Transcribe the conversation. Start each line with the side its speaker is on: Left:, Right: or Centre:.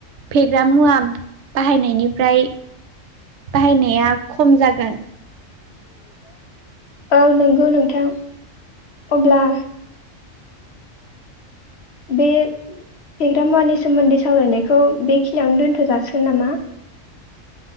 Right: फेग्रा मुवा बाहायनायनिफ्राय बाहायनाया खम जागोन
Left: <inaudible> औ नंगौ नोंथां अब्ला बे फेग्रा मुवानि सोमोन्दै सावरायनायखौ बे खियाववनो दोनथ' जाासिगोन नामा